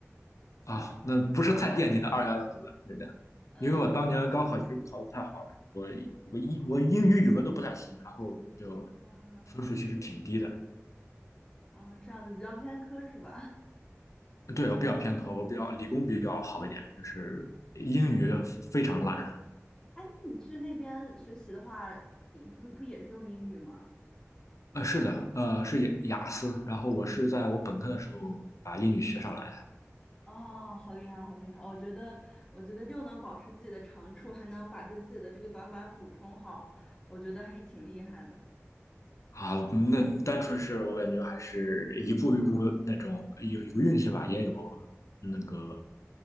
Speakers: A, on the left; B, on the left.
A: 啊，那不是太垫底的二幺幺读的，对的，
B: 嗯，
A: 因为我当年高考其实考得不太好，我我英我英语、语文都不太行，然后就
B: 嗯
A: 分数其实挺低的。
B: 啊，这样子比较偏科是吧？<laughs>
A: 对，我比较偏科，我比较理工比较好一点，就是英语非常烂。
B: 哎，那你去那边学习的话，你不不也是用英语吗？
A: 呃，是的，呃，是雅雅思。然后我是在我本科的时候把英语学上来。
B: 哦，好厉害，好厉害！我觉得，我觉得又能保持自己的长处，还能把这自己的这个短板补充好，我觉得还是挺厉害的。
A: 啊，那单纯是我感觉还是一步一步那种有有运气吧，也有那个